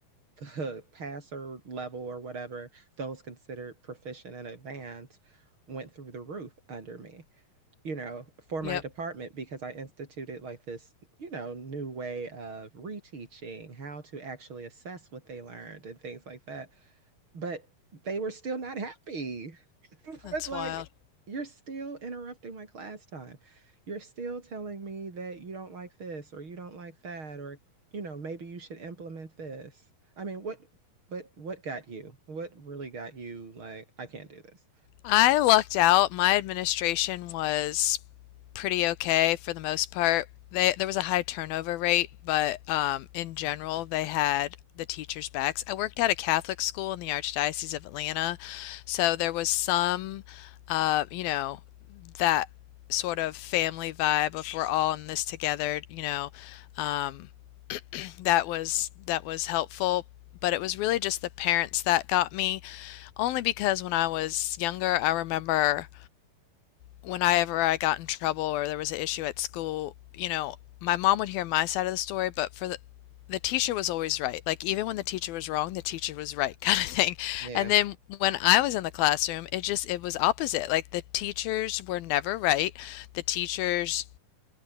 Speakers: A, on the right; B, on the left.
A: the <laughs> passer level or whatever, those considered proficient and advanced went through the roof under me, you know, for
B: yep.
A: my department because I instituted like this, you know, new way of reteaching, how to actually assess what they learned and things like that but they were still not happy. <laughs>
B: That's
A: It's like,
B: wild.
A: you're still interrupting my class time. You're still telling me that you don't like this or you don't like that, or, you know, maybe you should implement this. I mean, what, what, what got you? What really got you like, I can't do this?
B: I lucked out. My administration was pretty okay for the most part. They there was a high turnover rate, but um, in general,
A: Mhm.
B: they had the teachers' backs. I worked at a Catholic school in the Archdiocese of Atlanta, so there was some, uh, you know, that sort of family vibe of we're all in this together. You know, um, that was that was helpful, but it was really just the parents that got me. Only because when I was younger, I remember whenever I got in trouble or there was an issue at school, you know, my mom would hear my side of the story, but for the the teacher was always right. Like even when the teacher was wrong, the teacher was right <laughs> kind of thing.
A: Yeah,
B: And then when I was in the classroom, it just it was opposite. Like the teachers were never right. The teachers